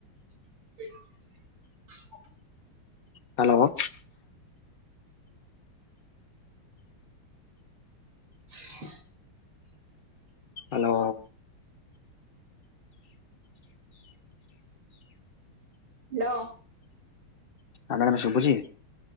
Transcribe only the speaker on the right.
<unintelligible>
<inaudible>
ହାଲୋ।